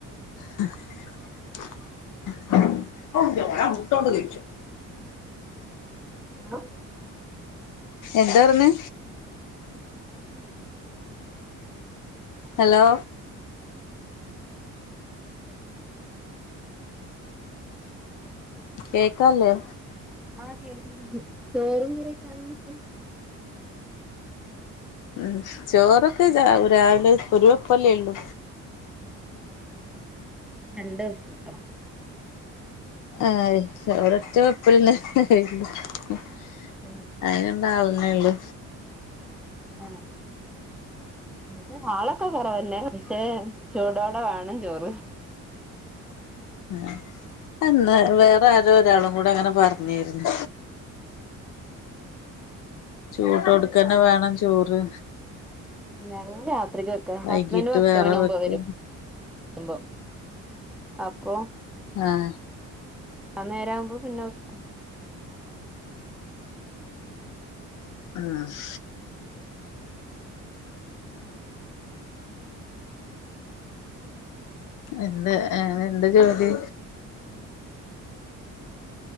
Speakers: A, on the left; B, in the centre.
A: <unintelligible>
B: ഹലോ
A: എന്താ പറഞ്ഞേ ഹലോ കേക്കാല്ലേ
B: ആഹ് കേൾക്കുന്നുണ്ട് ചോറും കറിയൊക്കെ അരാവച്ചെ
A: ഉം ചോറൊക്കെ രാവിലെആണ് ഒരു വെപ്പല്ലേ ഇള്ളൂ
B: ആഹ് രണ്ടുവെപ്പ്
A: ആഹ് ഒറ്റ ഒരൊറ്റ വെപ്പലിനു കഴിഞ്ഞു ഉം
B: ഉം
A: അയിനുള്ള ആള്നെഇള്ളു
B: ആഹ് ഇവിടേ ആളൊക്കെ കുറവന്നെ പക്ഷേ ചൂടോടെവേണം ചോറ്
A: ആഹ് അന്ന് വേറെ അരോ ഒരാളും കൂടെ അങ്ങനെ പറഞ്ഞിരുന്നു
B: ഉം
A: ചൂടോട്ക്കാന്നെ വേണം ചോറ്
B: ഞങ്ങളു രാത്രിക്കുവെക്ക
A: വൈകീട്ട്
B: ഹസ്ബൻഡു പത്തുമണിയാമ്പോ
A: വേറെ വെക്കും
B: വരും. വരുമ്പം അപ്പൊ
A: ആഹ്
B: അന്നേരകുമ്പോ പിന്നെ വെക്കും.
A: ആഹ് പിന്നെ വേറെ എന്താ ജോലി